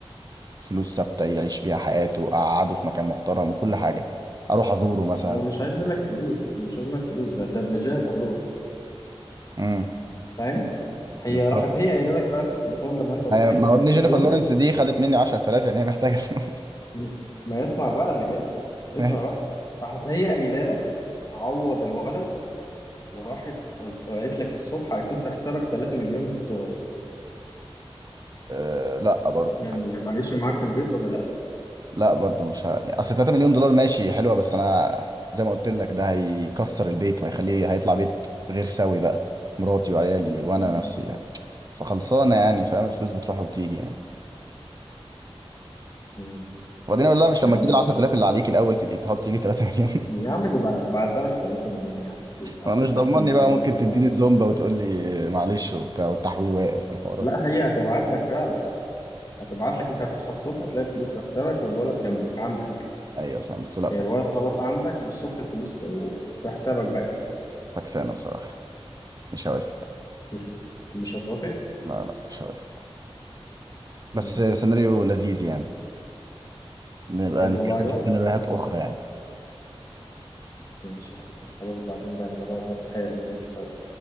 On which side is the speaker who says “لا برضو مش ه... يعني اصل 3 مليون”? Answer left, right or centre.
Right